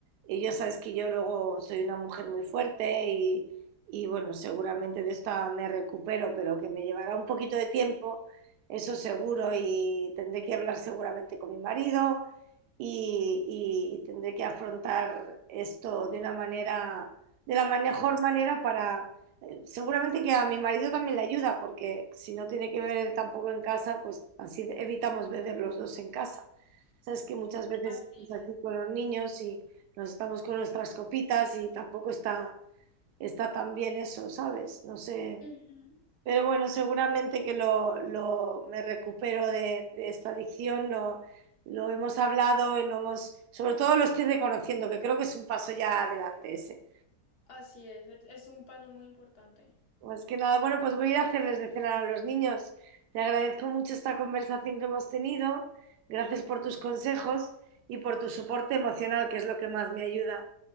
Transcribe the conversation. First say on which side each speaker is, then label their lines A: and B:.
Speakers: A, on the right; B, on the left.
A: y ya sabes que yo luego soy una mujer muy fuerte y, y bueno, seguramente de esta me recupero, pero que me llevará un poquito de tiempo, eso seguro, y tendré que hablar seguramente con mi marido y, y- y tendré que afrontar esto de una manera, de la mejor manera para Seguramente que a mi marido también le ayuda, porque si no tiene que beber tampoco en casa, pues así evitamos beber los dos en casa. Sabes que muchas veces
B: Así,
A: estamos aquí con los niños y nos estamos con nuestras copitas y tampoco está, está tan bien eso, ¿sabes? No sé.
B: Ujú.
A: Pero bueno, seguramente que lo, lo- me recupero de, de esta adicción, lo, lo hemos hablado y lo hemos, sobre todo lo estoy reconociendo, que creo que es un paso ya adelante ese.
B: así es, es, es un paso muy importante.
A: Más que nada, bueno, pues voy a ir a hacerles de cenar a los niños. Te agradezco mucho esta conversación que hemos tenido. Gracias por tus consejos y por tu soporte emocional, que es lo que más me ayuda.